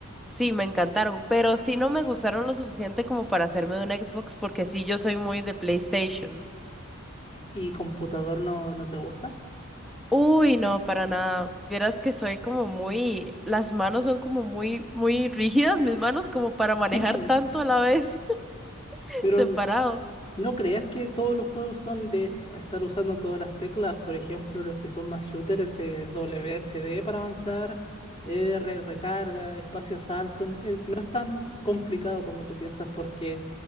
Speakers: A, in the centre; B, on the left.
A: Sí, me encantaron, pero sí no me gustaron lo suficiente como para hacerme de un Xbox, porque sí yo soy muy de PlayStation.
B: ¿y computador no, no te gusta?
A: Uy, no, para nada. Vieras que soy como muy, las manos son como muy, muy rígidas, mis manos como para manejar
B: <laughs>
A: tanto a la vez, <laughs>
B: Pero
A: separado.
B: No creas que todos los juegos son de est- estar usando todas las teclas. Por ejemplo, los que son más shooters es W A S D para avanzar, R, recarga, espacio salto. En- en- No es tan complicado como tú piensas porque